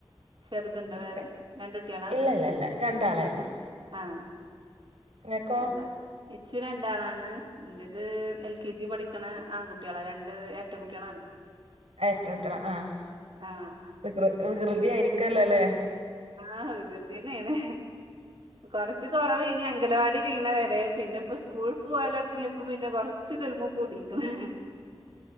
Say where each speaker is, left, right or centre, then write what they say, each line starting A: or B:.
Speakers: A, on the right (about 55°); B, on the right (about 85°).
A: ചെറുതൊണ്ട
B: പഠിക്ക
A: വേറെ രണ്ട കുട്ടിയളാ
B: ഇല്ല ഇല്ല ഇല്ല രണ്ടാളേ ഉള്ളൂ
A: ആ?
B: ഇങ്ങക്കോ
A: എന്താ? ച്ചി രണ്ടാളാണ് ന്റേത് എൽ കെ ജി പഠിക്കണ ആൺകുട്ടികളാ രണ്ട് എരട്ട കുട്ടികളാണ്.
B: എരട്ടകുട്ടിള! ആഹ്,
A: ആഹ്
B: വികൃ വികൃതി ആയിരിക്ക്വല്ലോലേ?
A: ആഹ് വികൃതി തന്നാണ്. കൊറച്ച് കൊറവേനി അംഗലവാടി കയ്യ്ണ വരെ പിന്നെ ഇപ്പൊ സ്കൂൾക്ക് പോയലിടങ്ങിയപ്പോ പിന്നെ കൊറച്ച് ളുല്മ് കൂടിക്ക്‌ണ്.